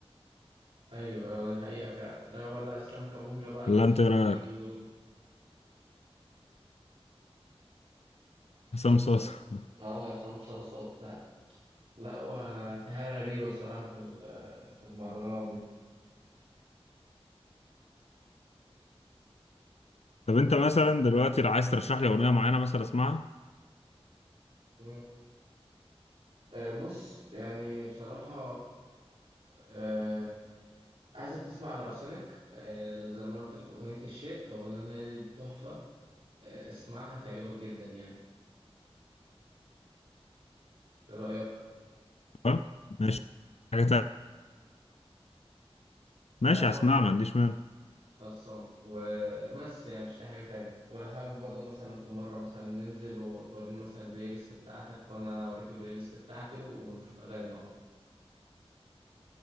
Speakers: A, on the right; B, on the left.
A: ايوه ايوه دي حقيقه فعلا آه ولا اسلام كابونجا بقى اللي
B: ولا
A: اتشهر
B: انت ايه رايك
A: اليومين دول اسلام
B: حسام
A: كابونجا
B: صوص <laughs>
A: اه عصام صاصا وبتاع لا هو في حاجة غريبة بصراحة في ال- في المهرجانات دي
B: طب انت مثلا دلوقتي لو عايز ترشح لي اغنيه معينه مثلا اسمعها
A: مم. آه، بص يعني بصراحة آه، عايزك تسمع الأرسنك آه، زي ما أنا قلت لك أغنية الشيء أغنية دي تحفة آه، اسمعها تعجبك جدا يعني إيه رأيك؟
B: تمام ماشي حاجه تانية ماشي
A: لا ولا
B: هسمعها ما عنديش مانع
A: خلصان وبس يعني مش أي حاجة تاني ولا حابب برضه مثلا في مرة مثلا ننزل وتوريني مثلا البلاي ليست بتاعتك وأنا أوريك البلاي ليست بتاعتي ونشوف أغاني بعض